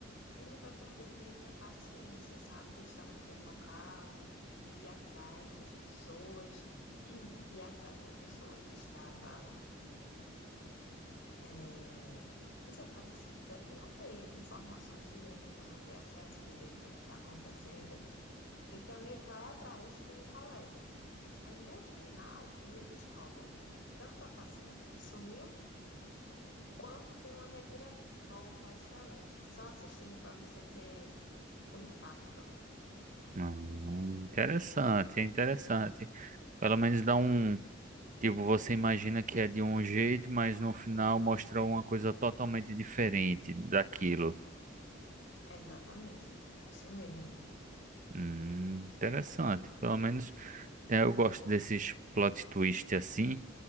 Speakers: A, on the left (about 70°); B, on the right (about 40°).
A: ele vai perdendo meio que a paciência, sabe? De estar naquele local, de ir atrás das pessoas, <clears throat> de ir atrás da pessoa que estava eh, desaparecida e não ter informações direito, não ter acesso direito ao que está acontecendo. Então, ele vai atrás com um colega. Aí, no final, ele descobre tanto a paciente que sumiu, quanto tem uma reviravolta excelente, que só assistindo para você ter o impacto.
B: Hum, interessante, é interessante. Pelo menos dá um. Tipo, você imagina que é de um jeito, mas no final mostra uma coisa totalmente diferente daquilo.
A: Exatamente, isso mesmo.
B: Hum, interessante. Pelo menos né, eu gosto desses plot twist assim,